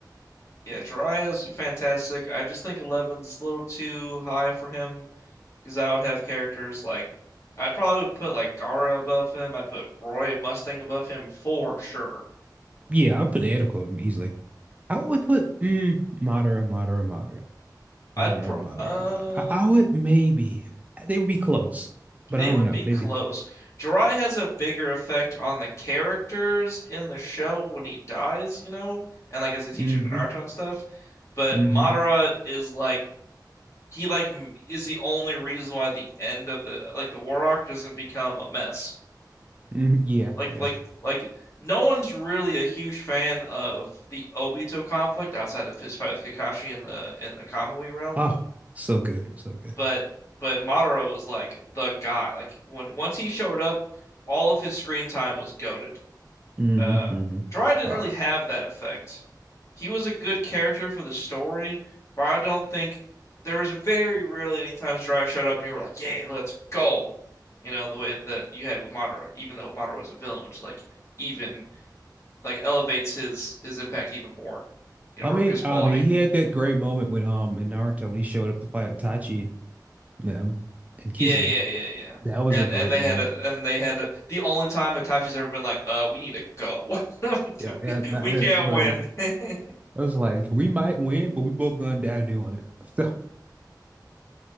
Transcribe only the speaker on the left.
Yeah, Jiraiya's fantastic. I just think eleven's a little too high for him because I would have characters like I'd probably would put like Gaara above him. I'd put Roy Mustang above him for sure.
I'd
pr
uh
they
would
be close.
Jiraiya has a bigger effect on the characters in the show when he dies, you know, and like as a teacher
to Naruto and stuff. But
Madara is like he like m- is the only reason why the end of the like the war arc doesn't become a mess.
Like
like like no one's really a huge fan of the Obito conflict outside of his fight with Kakashi in the in the Kamui realm,
but but Madara was like the guy. Like when once he showed up, all of his screen time was goaded.
Uh,
Jiraiya didn't
really have that effect. He was a good character for the story, but I don't think there was very rarely any times Jiraiya showed up and you were like, "Yeah, let's go." You know, the way that you had with Madara, even though Madara was a villain, which like even like elevates his his impact even more, you
know, or
his quality.
Yeah, yeah, yeah, yeah.
And
and they
had a and they had a, the only time Itachi's ever been like, uh, we need to go. <laughs>
We,
we can't
win. <laughs>